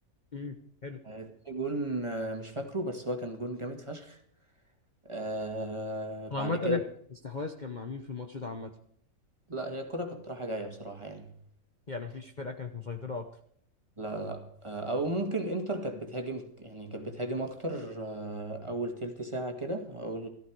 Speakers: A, on the left; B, on the right.
A: امم حلو
B: آه، تاني جون آه، مش فاكره بس هو كان جون جامد فشخ آه، بعد
A: طب عامة
B: كده
A: الاستحواذ كان مع مين في الماتش ده عامة؟
B: لا هي الكرة كانت رايحة جاية بصراحة يعني
A: يعني مفيش فرقة كانت مسيطرة أكتر
B: لا لا آه، أو ممكن إنتر كانت بتهاجم يعني كانت بتهاجم أكتر آه، أول تلت ساعة كده أول